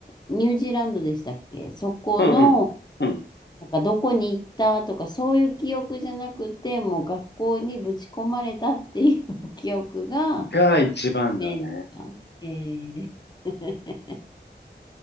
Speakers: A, on the left; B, on the left.
A: ニュージーランドでしたっけそこの、
B: うんうん。
A: なんかどこに行ったとか、そういう記憶じゃなくて、もう学校にぶち込まれたっていう <laughs> 記憶が
B: うん。が一番だね。
A: メインですかええ。<laughs>